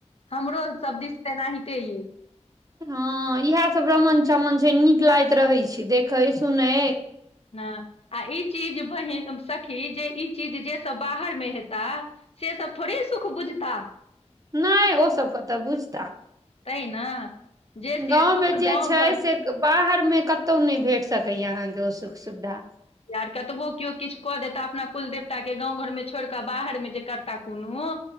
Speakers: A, on the left (about 60°); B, on the right (about 30°).
A: हमरो सब दिस त एनाहिते यै।
B: हां इहे सब रमन-चमन छै, नीक लागैत रहै छै, देखै सुनै
A: हां आ ई चीज बहिन सखी जे ई चीज जे सब बाहर मे हेता से सब थोड़े ई सुख बुझता।
B: नै ओ सब कता बुझता।
A: तै न जे छीयै
B: गाँव
A: सुख
B: मे जे
A: गाँव-घर
B: छै से बाहर मे कतो नै भेट सकय यै अहाँ के ओ सुख सुविधा।
A: यार कतबो कियो किछ क देता अपना कुल देवता के गाँव-घर में छोइड़ के बाहर में जे करता कूनो